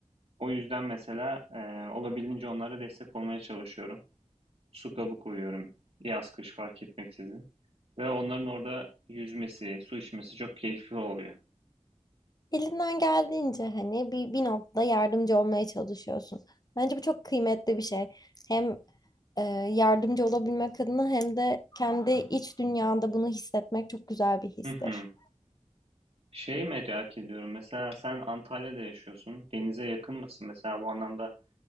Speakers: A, on the right; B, on the left.
A: O yüzden mesela e, olabildiğince onlara destek olmaya çalışıyorum. Su kabı koyuyorum. Yaz kış fark etmeksizin. Ve onların orada yüzmesi, su içmesi çok keyifli oluyor.
B: Elinden geldiğince hani bir, bir noktada yardımcı olmaya çalışıyorsun. Bence bu çok kıymetli bir şey. Hem e, yardımcı olabilmek adına hem de kendi iç dünyanda bunu hissetmek çok güzel bir histir.
A: Hı hı. Şeyi merak ediyorum. Mesela sen Antalya'da yaşıyorsun. Denize yakın mısın? Mesela bu anlamda